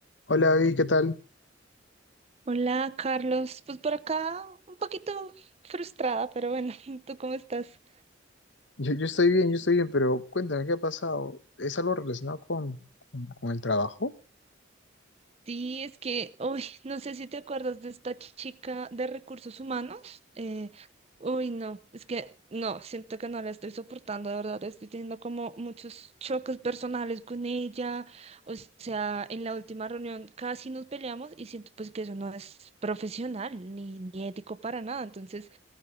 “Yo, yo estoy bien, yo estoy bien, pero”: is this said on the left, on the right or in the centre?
Left